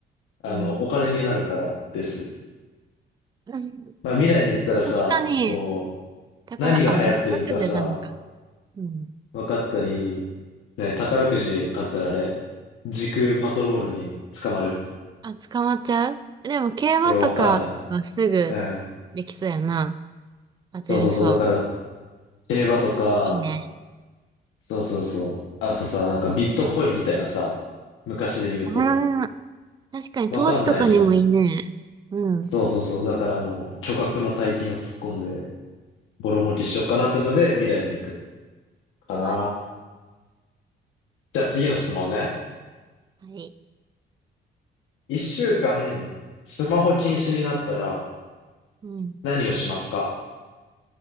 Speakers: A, on the left (about 85°); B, on the right (about 20°).
A: あの、
B: うん。
A: お金になるからです。
B: 確
A: まあ未来に行ったらさ、
B: かに、
A: こ
B: 宝、
A: う、何が流行ってるかさ、
B: あ、宝くじはダメか。うん。
A: 分かったり、ね、宝くじ買ったらあれ時空パトロールに捕まる
B: あ、捕まっちゃうでも、競馬とかはすぐ
A: いや、わかんない。うん。
B: できそうやな。当てれそう。
A: そうそうそう。だから、競馬とか、
B: いいね。
A: そうそうそう。あとさ、なんかビットコインみたいなさ、昔で言うと、
B: ああ、確かに投資とかにもいいね。
A: わかんないじゃん。
B: うん。
A: そうそうそう。だからもう、巨額の大金を突っ込んで、ボロ儲けしようかなってので、未来に行く。かな。
B: うわ、
A: じゃあ次の質問ね。
B: はい。
A: 一週間、スマホ禁止になったら、
B: うん。
A: 何をしますか